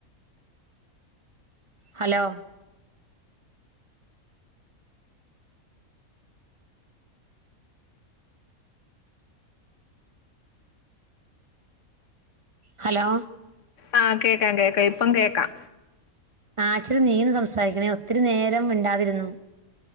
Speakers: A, on the right; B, on the left.
A: ഹലോ ഹലോ
B: ആ, കേകാം, കേ ക്കാം, ഇപ്പം കേക്കാം.
A: ഇച്ചിരി നീന്ന് സംസാരിക്കണേ ഒത്തിരി നേരം മിണ്ടാതിരുന്നു.